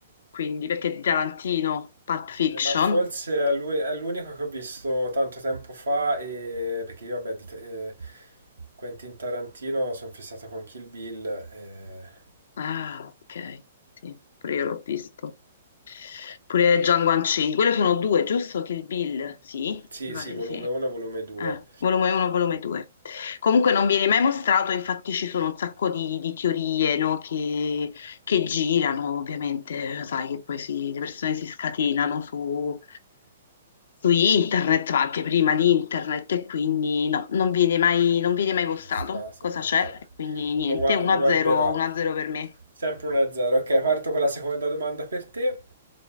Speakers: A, on the left; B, on the right.
A: Quindi, perché Tarantino, Pulp Fiction.
B: Eh, ma forse è l'u- è l'unico che ho visto tanto tempo fa, e... perché io, vabbè, di t- eh, Quentin Tarantino sono fissato con Kill Bill. eh,
A: Ah, ok, sì, pure io l'ho visto. Pure Django Guancini. Quelle sono due, giusto? Kill Bill, sì,
B: Sì,
A: mi
B: sì,
A: pare
B: volume
A: di sì.
B: 1, volume 2.
A: Eh, volume 1, volume 2. Comunque non viene mai mostrato, infatti ci sono un sacco di, di teorie, no, che che girano, ovviamente, sai che poi si- le persone si scatenano su, su internet, ma anche prima di internet, e quindi no, non viene mai, non viene mai mostrato
B: Mostrato,
A: cosa
B: ok.
A: c'è, e quindi niente,
B: Lo, gua-
A: 1-0,
B: lo guarderò.
A: 1-0 per me.
B: Sempre 1-0. Ok, parto con la seconda domanda per te.